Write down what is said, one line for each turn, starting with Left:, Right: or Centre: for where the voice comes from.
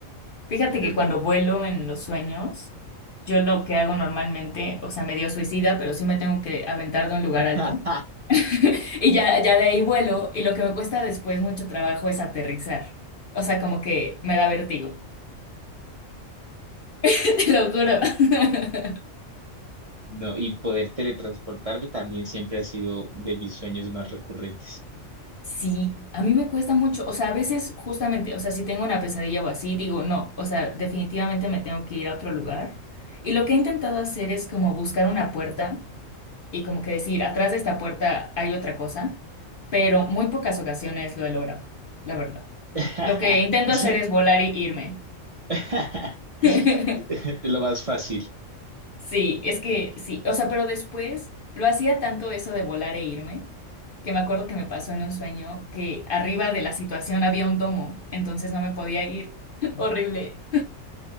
Left: Fíjate
Right: pero
Left: que
Right: no.
Left: cuando vuelo en los sueños, yo lo que hago normalmente, o sea, medio suicida, pero sí me tengo que aventar de un lugar
Right: <laughs>
Left: alto. <laughs> Y ya, ya de ahí vuelo y lo que me cuesta después mucho trabajo es aterrizar. O sea, como que me da vértigo. <laughs> Te lo juro. <laughs>
Right: No, y poder teletransportarme también siempre ha sido de mis sueños más recurrentes.
Left: Sí, a mí me cuesta mucho, o sea, a veces justamente, o sea, si tengo una pesadilla o así, digo, no, o sea, definitivamente me tengo que ir a otro lugar. Y lo que he intentado hacer es como buscar una puerta y como que decir, atrás de esta puerta hay otra cosa, pero muy pocas ocasiones lo he logrado, la verdad.
Right: <laughs>
Left: Lo que intento hacer es volar y irme.
Right: <laughs>
Left: <laughs>
Right: Lo más fácil.
Left: Sí, es que sí, o sea, pero después lo hacía tanto eso de volar e irme, que me acuerdo que me pasó en un sueño que arriba de la situación había un domo, entonces no me podía ir. <laughs> Horrible,